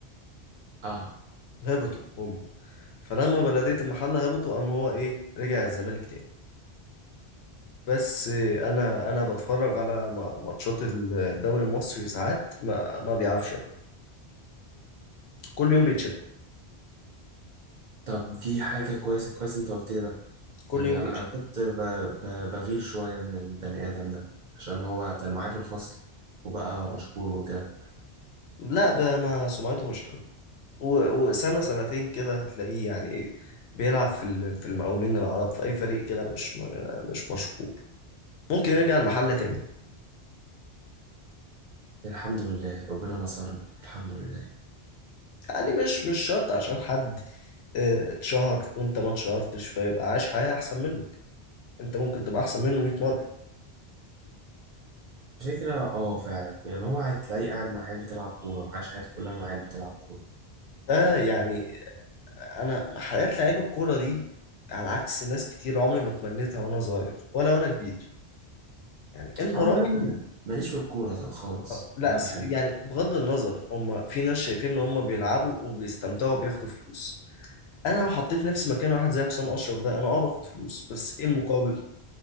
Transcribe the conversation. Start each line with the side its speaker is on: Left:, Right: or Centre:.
Right: اه
Left: هبطوا هم فلما بلديه المحله هبطوا قام هو ايه رجع الزمالك تاني بس انا انا بتفرج على ما- ماتشات الدوري المصري ساعات ما ما بيعرفش يلعب كل يوم بيتشتم
Right: طب دي حاجة كويسة كويس انت قلت لي ده
Left: كل
Right: يعني
Left: يوم بيتشتم
Right: انا أنا كنت ب... ب... بغير شوية من البني ادم ده عشان هو كان معايا في الفصل وبقى مشهور وكده
Left: لا بقى ما سمعته مش حلوه و- وسنة سنتين كده هتلاقيه يعني ايه بيلعب في ال- في المقاولين العرب في أي فريق كده مش م- مش مشهور ممكن يرجع المحلة تاني
Right: الحمد لله ربنا نصرني الحمد لله
Left: يعني مش مش شرط عشان حد اه، اتشهر وانت ما اتشهرتش فيبقى عايش حياة أحسن منك انت ممكن تبقى أحسن منه 100 مرة
Right: على فكرة اه فعلا يعني هو هتلاقيه قاعد مع عيال بتلعب كورة وعايش حياته كلها مع عيال بتلعب كورة
Left: ده يعني أنا حياة لعيب الكورة دي على عكس ناس كتير عمري ما تمنيتها وأنا صغير ولا وأنا كبير يعني انت
Right: اه
Left: راجل
Right: ولا انا ماليش في الكورة خالص
Left: آه، لا
Right: ولا
Left: س-
Right: بحب
Left: يعني بغض النظر هم في ناس شايفين ان هم بيلعبوا وبيستمتعوا وبياخدوا فلوس انا لو حطيت نفسي مكان واحد زي حسام اشرف ده انا اه باخد فلوس بس ايه المقابل